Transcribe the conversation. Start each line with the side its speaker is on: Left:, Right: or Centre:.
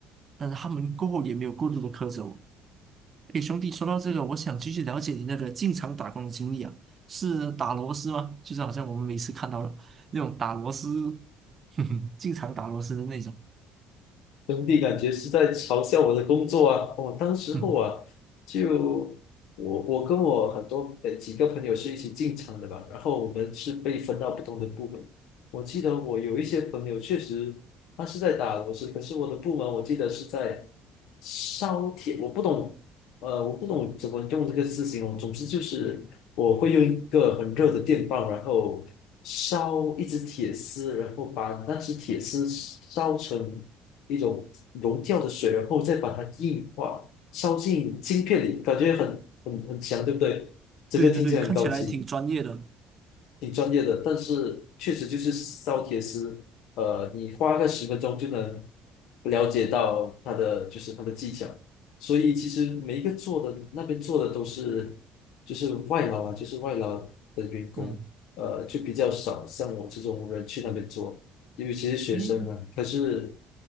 Right: 但是他们过后也没有过度的苛责我。诶，兄弟，说到这个，我想继续了解你那个进厂打工的经历啊。是打螺丝吗？就是好像我们每次看到了那种打螺丝，<laughs> 哼哼，经常打螺丝的那种。
Left: 兄弟感觉是在嘲笑我的工作啊！我、当时候啊，
Right: 嗯，
Left: 就我我跟我很多呃几个朋友是一起进厂的吧，然后我们是被分到不同的部门。我记得我有一些朋友确实他是在打螺丝，可是我的部门我记得是在烧铁，我不懂，呃，我不懂怎么用这个字形容。总之就是我会用一个很热的电棒，然后烧一只铁丝，然后把那只铁丝烧成。一种溶掉的水，然后再把它硬化，烧进晶片里，感觉很很很强，对不对？整个听起来很高级。
Right: 对对对，看起来挺专业的。
Left: 挺专业的，但是确实就是烧铁丝，呃，你花个十分钟就能了解到它的就是它的技巧，所以其实每一个做的那边做的都是就是外劳啊，就是外劳的员工，
Right: 嗯，
Left: 呃，就比较少像我这种人去那边做，因为其实学生啊，
Right: 诶
Left: 可是